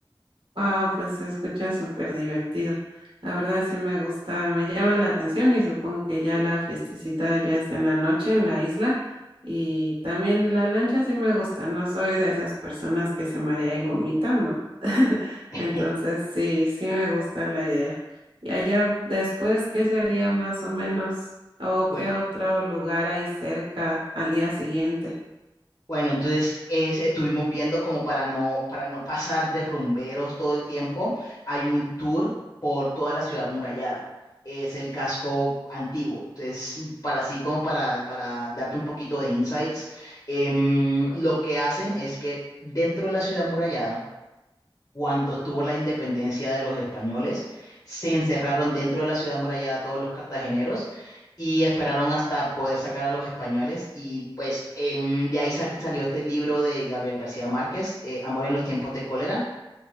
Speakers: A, on the right (about 65°); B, on the left (about 40°).
A: Wow, pues se escucha súper divertido. La verdad sí me gusta, me llama la atención y supongo que ya la fiestecita ya es en la noche en la isla y también la lancha sí me gusta, no soy de esas personas que se marea y vomitan, no. <laughs>
B: <laughs>
A: Entonces sí, sí me gusta la idea. Y allá después, ¿qué sería más o menos o
B: Bueno.
A: qué otro lugar hay cerca al día siguiente?
B: Bueno, entonces es, estuvimos viendo como para no, para no pasar de rumberos todo el tiempo, hay un tour por toda la ciudad murallada. Es el casco antiguo. Entonces, para así como para, para darte un poquito de insights, em, lo que hacen es que dentro de la ciudad murallada cuando tuvo la independencia de los españoles, se encerraron dentro de la ciudad amurallada todos los cartageneros y esperaron hasta poder sacar a los españoles. Y pues em, de ahí sa- salió este libro de Gabriel García Márquez, eh, Amor en los tiempos de cólera.